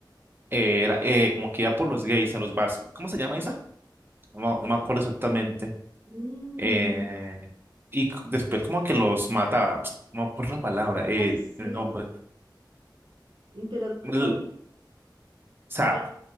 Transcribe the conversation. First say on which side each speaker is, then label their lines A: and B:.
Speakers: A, on the right; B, on the right.
A: eh, era eh, como que iba por los gays a los bars. ¿Cómo se llama esa? No, me no me acuerdo exactamente.
B: Mm,
A: Eh, y c- después como que los mataba. <tsk> No me acuerdo la palabra, eh,
B: ay, sí,
A: el nombre.
B: pero
A: El- o
B: ¿cuál?
A: sea,
B: cuál?